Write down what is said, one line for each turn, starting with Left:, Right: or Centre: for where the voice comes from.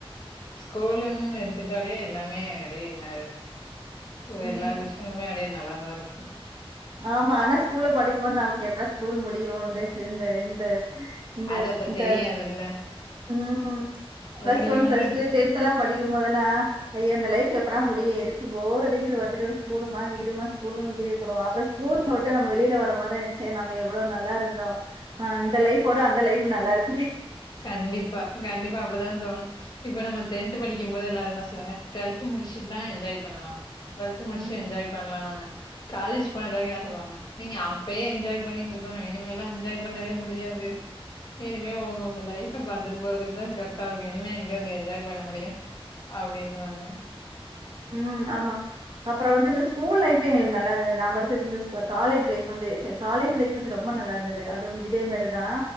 Left: ஸ்கூல்ன்னு எடுத்துட்டாலே எல்லாமே அப்டி நா ஓ
Right: ம்
Left: எல்லா விஷ்யமே அப்டியே நல்லா இருக் <unintelligible> இருக்கு.
Right: ஆமா, ஆனா ஸ்கூல்ல படிக்கபோது நம்ளுக்கு எப்படா ஸ்கூல் முடியு வந்து இந்த இந்த இந்த
Left: அது அப்ப
Right: ந்த
Left: தெரியாதுல்ல
Right: ம் பிளஸ்
Left: முடியும்னு
Right: ஒன், பிளஸ் டூ, டென்ட் எல்லா படிக்கு போதெல்லா ஐய இந்த லைஃப் எப்படா முடியு எரிச்சல், போர் அடிக்கிது வந்துட்டு ஸ்கூலுமா, வீடுமா, ஸ்கூலும், வீடும் இப்டி இருக்குறோ அட்ரஸ் ஊட்ட வுட்டு நம்ம வெளில வருபோது சேர் நம்ம எவ்ளோ நல்லா இருந்தோ. ஆ இந்த லைஃப்ப விட அந்த லைஃப் நல்லா இருக்
Left: கண்டிப்பா, கண்டிப்பா அப்படிதா தோணு இப்ப நம்ம டென்த் படிக்கு போது எல்லாரு என்ன சொல்வாங்க? டுவெல்த் முடிச்சிட் தா என்ஜாய் பண்ணலா டுவெல்த் முடிச்சிட்
Right: ம்
Left: என்ஜாய் பண்ணலாம்னுவாங்க. காலேஜ் போன பிறகு என்ன சொல்லுவாங்க? நீங்க அப்பயே என்ஜாய் பண்ணிருந்துக்கணு இனிமே எல்லா என்ஜாய் பண்ணவே முடியாது. இனி இனிமே ஒங்க, ஒங்க லைஃப்ப பாத்துட் போறதுக்கு தா கரெக்டா இருக்கு. இனிமே எங்கருந்து என்ஜாய் பண்ண முடியு அப்டின்வாங்க.
Right: உம் ஆமா அப்புறோ வந்து ஸ்கூல் லைஃப் எங்களுக்கு நல்லாதா நா <unintelligible> காலேஜ் லைஃப் வந்து சே காலேஜ் லைஃப் வந்து ரொம்ப நல்லா இருந்தது அதுவும் இதே மாரிதா